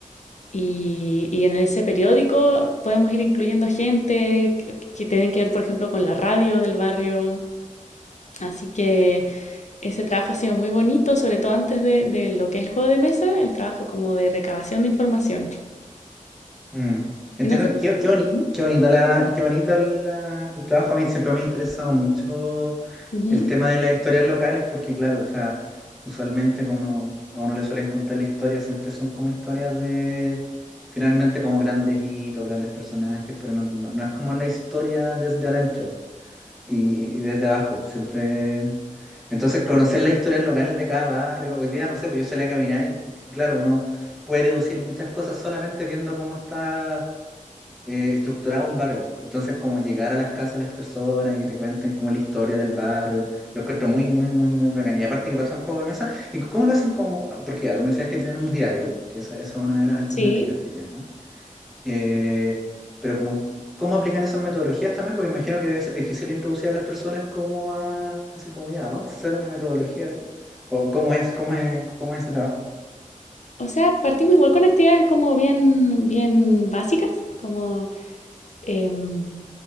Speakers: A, on the left; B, in the centre.
A: Y, y en ese periódico podemos ir incluyendo gente que, que tienen que ver, por ejemplo, con la radio del barrio. Así que Ese trabajo ha sido muy bonito, sobre todo antes de, de lo que es el juego de mesa, el trabajo como de recabación de información.
B: Mm. Entiendo
A: Y no sé-
B: que qué, qué boni-
A: Ujú,
B: qué bonita la, qué bonita la- el trabajo. A mí siempre me ha interesado mucho
A: ujú.
B: el tema de las historias locales, porque claro, o sea, usualmente como uno- a uno le suelen contar la historia, siempre son como historias de finalmente como grandes hitos, grandes personajes, pero no, no- no es como la historia desde adentro. y, y desde abajo, siempre... Entonces, conocer las historias locales de cada barrio, hoy día no sé, pues yo salí a caminar y claro, uno puede deducir muchas cosas solamente viendo cómo está eh, estructurado un barrio. Entonces, como llegar a las casas de las personas y que te cuenten como la historia del barrio, lo encuentro muy, muy, muy, muy bacán. Y aparte que pasa un juego de mesa, ¿y cómo lo hacen como? Porque ya tú me decías que tienen un diario, que esa, esa es una de las alternativas
A: Sí.
B: que tienen. Eh, pero como, ¿cómo aplican esas metodologías también? Porque imagino que debe ser difícil introducir a las personas como a, así como ya, vamos a hacer una metodología. de-". O cómo es, cómo es, cómo es ese trabajo.
A: O sea, partimos igual con actividades como bien, bien básicas, como, em,